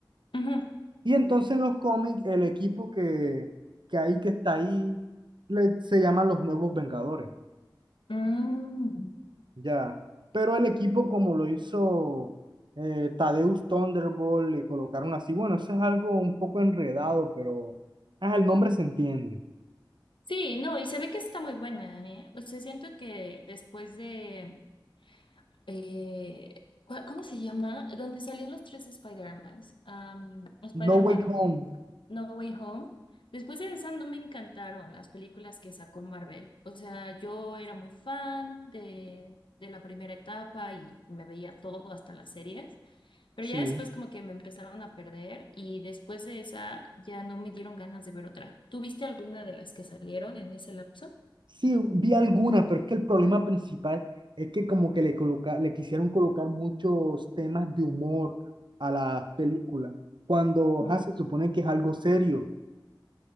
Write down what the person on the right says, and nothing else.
Y entonces en los cómics el equipo que, que hay que está ahí le- se llaman los Nuevos Vengadores.
Ya, pero el equipo como lo hizo eh, Tadeusz Thunderbolt, le colocaron así, bueno, eso es algo un poco enredado, pero ah, el nombre se entiende.
No Way Home,
sí,
sí, vi algunas, pero es que el problema principal es que como que le, coloca, le quisieron colocar muchos temas de humor a las películas, cuando
ah, se supone que es algo serio.